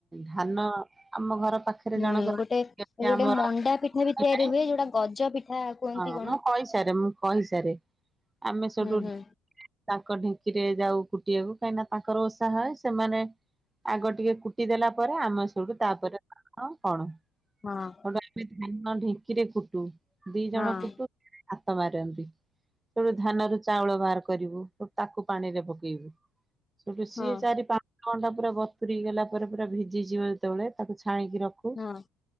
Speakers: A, on the right; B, on the left.
A: ଧାନ ଆମ ଘର ପାଖରେ
B: ହୁଁ
A: ଜଣକର
B: ଗୋଟେ
A: କେତେ
B: ଯୋଉଟେ
A: ଆମର
B: ମଣ୍ଡା
A: ଧାନ
B: ପିଠା ବି
A: ହେଉଥାଏ।
B: ତିଆରି ହୁଏ ଯୋଉଟା ଗଜ ପିଠା କୁହନ୍ତି
A: ହଁ
B: କଣ?
A: ମୁଁ କହିସାରେ ମୁଁ କହିସାରେ ଆମେ ସେଠୁ
B: ହୁଁ ହୁଁ
A: ତାଙ୍କ ଢେଙ୍କିରେ ଯାଉ କୁଟିବାକୁ କାହିଁକିନା ତାଙ୍କର ଓଷା ହୁଏ ସେମାନେ ଆଗ ଟିକେ କୁଟିଦେଲ ପରେ ଆମେ ସେଠୁ ତାପରେ କରୁ।
B: ହଁ।
A: ଧାନ ଢିଙ୍କିରେ କୁଟୁ ଦିଜଣ
B: ହଁ
A: କୁଟୁ। ହାତମାରନ୍ତି ସେଠୁ ଧାନରୁ ଚାଉଳ ବାହାର କରିବୁୁ ତାକୁ ପାଣିରେ ପକେଇବୁ ସେଠୁ ସିଏ
B: ହଁ ହଁ
A: ଚାରି ପା ଅଧଘଣ୍ଟା ପୁରା ବତୁୁରିଗଲା ପରେ ପୁରା ଭିଜିଯିବ ଯେତେବେଳେ ତାକୁ ଛାଣିକି ରଖୁ।
B: ହଁ।